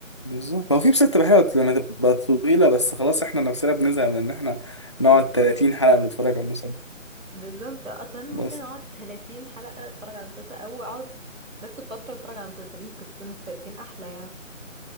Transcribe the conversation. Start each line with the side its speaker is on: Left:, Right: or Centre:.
Left: بالظبط هو في مسلسلات حلوة لما تبقى طويلة بس خلاص احنا نفسنا بنزهق من ان احنا نقعد
Right: بالظبط
Left: 30 حلقة بنتفرج على مسلسل
Right: بالظبط اصلا ممكن
Left: بس
Right: اقعد 30 حلقة اتفرج على مسلسل او اقعد نفس الفترة اتفرج على مسلسلين قصتين مختلفين احلى يعني